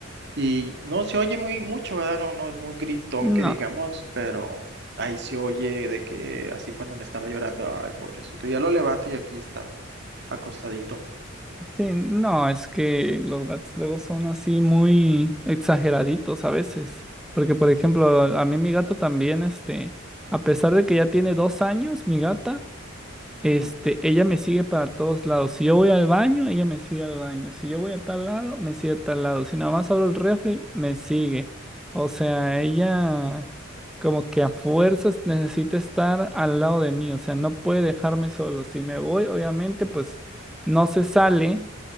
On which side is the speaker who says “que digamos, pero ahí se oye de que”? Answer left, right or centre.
Right